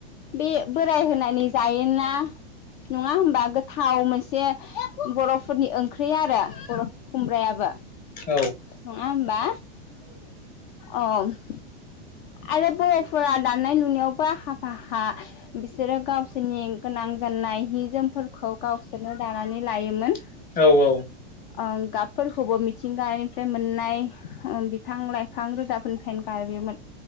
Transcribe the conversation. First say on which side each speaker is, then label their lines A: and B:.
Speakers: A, on the left; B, on the left.
A: बे बोराय होनानै जायोना। नङा होनबा गोथाव मोनसे बर'फोरनि ओंख्रि आरो बर' खुमब्रायाबो
B: औ
A: नङा होमबा अ अ
B: <unintelligible>
A: आरो बर'फोरा दानाय लुनायावबो आखा फाखा बिसोरो गावसोरनि गोनां गाननाय हि जोमफोरखौ गावसोरनो दानानै लायोमोन।
B: औ औ
A: ओं गाबफोरखौबो मिथिंगानिफ्राय मोननाय बिफां लाइफां रोदाफोरनिफ्रायनो गाबबोयोमोन।